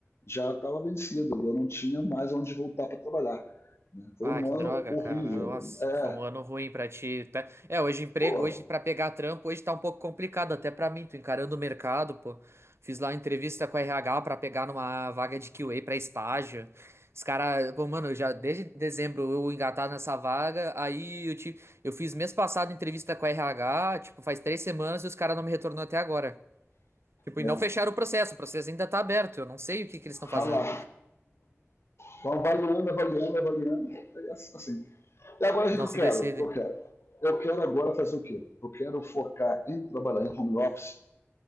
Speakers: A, on the left (about 60°); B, on the right (about 60°).
A: já estava vencido e eu não tinha mais onde voltar para trabalhar. Né? Foi
B: Ah,
A: um
B: que
A: ano
B: droga,
A: horrível.
B: cara. Nossa,
A: É,
B: foi um ano ruim pra ti, tá? É, hoje emprego,
A: pô,
B: hoje pra pegar trampo, hoje tá um pouco complicado até pra mim, tô encarando o mercado, pô. Fiz lá uma entrevista com a RH pra pegar numa vaga de QA pra estágio. Os caras, pô, mano, eu já desde dezembro eu engatado nessa vaga, aí eu tive, eu fiz mês passado entrevista com a RH, tipo, faz três semanas e os caras não me retornam até agora. Tipo,
A: é,
B: e não fecharam o processo, o processo ainda tá aberto, eu não sei o que que eles estão fazendo.
A: tá lá. Então, avaliando, avaliando, avaliando. É, Assim, E agora o
B: Não
A: que eu
B: se
A: quero?
B: decide.
A: eu quero? Eu quero agora fazer o quê? Eu quero focar em trabalhar em home office